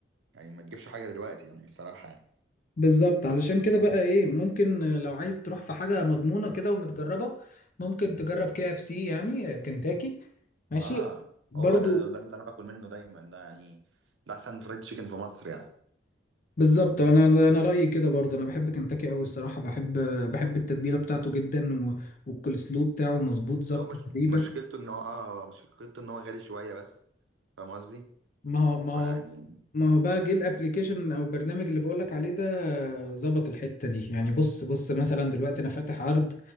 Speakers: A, on the right; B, on the left.
A: يعني ما تجيبش حاجة دلوقتي يعني الصراحة يعني
B: بالظبط علشان كده بقى ايه ممكن آه، لو عايز تروح في حاجة مضمونة كده ومتجربة ممكن تجرب كي اف سي يعني آه، كنتاكي ماشي
A: اه
B: برضو
A: هو ده ده اللي انا باكل منه دايما ده يعني ده أحسن فرايد تشيكن في مصر يعني
B: بالظبط انا انا رأيي كده برضو انا بحب كنتاكي قوي الصراحة بحب بحب التتبيلة بتاعته جدا و- والكولسلو بتاعه مظبوط ظبط
A: بس هو مش
B: تقريبا.
A: مشكلته إن هو آه هو مشكلته إن هو غالي شوية بس فاهم قصدي؟ مم.
B: ما هو ما هو
A: فيعني
B: ما هو بقى جه الابليكيشن او البرنامج اللي بقولك عليه ده ظبط الحتة دي يعني بص بص مثلا دلوقتي انا فاتح عرض